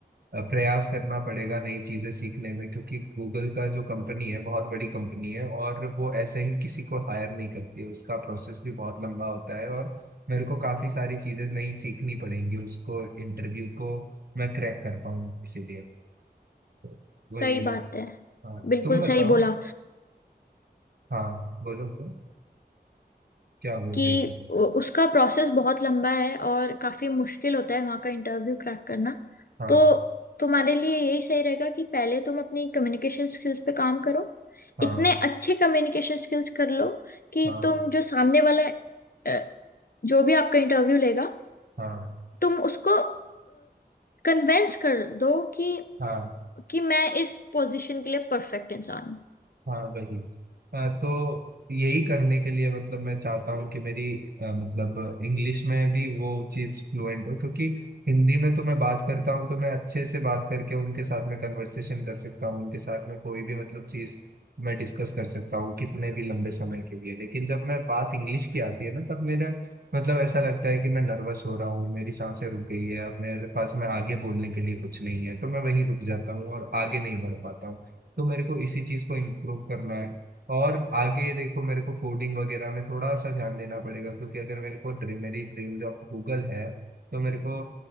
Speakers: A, on the right (about 65°); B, on the left (about 60°).
A: अ, प्रयास करना पड़ेगा नई चीजें सीखने में क्योंकि गूगल का जो कंपनी है बहुत बड़ी कंपनी है और वो ऐसे ही किसी को हायर नहीं करती है उसका प्रोसेस भी बहुत लंबा होता है और मेरे को काफी सारी चीजें नई सीखनी पड़ेंगी उसको इंटरव्यू को मैं क्रैक कर पाऊँ इसीलिए तो वही
B: सही
A: है
B: बात है
A: हाँ
B: बिल्कुल
A: तुम बताओ
B: सही बोला
A: हाँ बोलो बोलो, क्या बोल
B: कि
A: रही थी
B: उ- उसका प्रोसेस बहुत लंबा है और काफी मुश्किल होता है वहाँ का इंटरव्यू क्रैक करना
A: हाँ
B: तो तुम्हारे लिए यही सही रहेगा कि पहले तुम अपनी कम्युनिकेशन स्किल्स पे काम करो
A: हाँ
B: इतने अच्छे कम्युनिकेशन स्किल्स कर लो कि
A: हाँ
B: तुम जो सामने वाला अ, जो भी आपका इंटरव्यू लेगा
A: हाँ
B: तुम उसको कन्वेंस कर दो कि
A: हाँ
B: कि मैं इस पोजीशन के लिए परफेक्ट इंसान हूँ
A: हाँ वही हाँ तो यही करने के लिए मतलब मैं चाहता हूँ कि मेरी अ, मतलब इंग्लिश में भी वो चीज़ फ्लुएंट हो क्योंकि हिंदी में तो मैं बात करता हूँ तो मैं अच्छे से बात करके उनके साथ में कन्वर्सेशन कर सकता हूँ उनके साथ में कोई भी मतलब चीज़ मैं डिस्कस कर सकता हूँ कितने भी लंबे समय के लिए लेकिन जब मैं बात इंग्लिश की आती है ना तब मेरा मतलब ऐसा लगता है कि मैं नर्वस हो रहा हूँ मेरी सांसें रुक गई है अब मेरे पास में आगे बोलने के लिए कुछ नहीं है तो मैं वहीं रुक जाता हूँ और आगे नहीं बढ़ पाता हूँ तो मेरे को इसी चीज को इम्प्रूव करना है और आगे देखो मेरे को कोडिंग वगैरह में थोड़ा सा ध्यान देना पड़ेगा क्योंकि अगर मेरे को ड्रीम मेरी ड्रीम जॉब गूगल है तो मेरे को